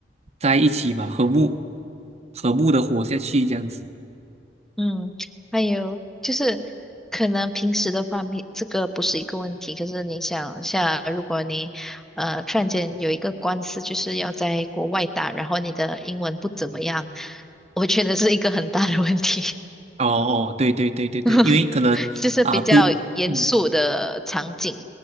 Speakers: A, on the right; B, in the centre.
A: 在一起嘛，和睦和睦的活下去这样子。
B: 嗯，还有就是可能平时的话，没这个不是一个问题，可是你想一下，如果你呃突然间有一个官司，就是要在国外打，然后你的英文不怎么样，我觉得是一个很大的问题，
A: 哦哦，对对对对对，
B: <laughs>
A: 因为可能啊普嗯
B: 就是比较严肃的场景。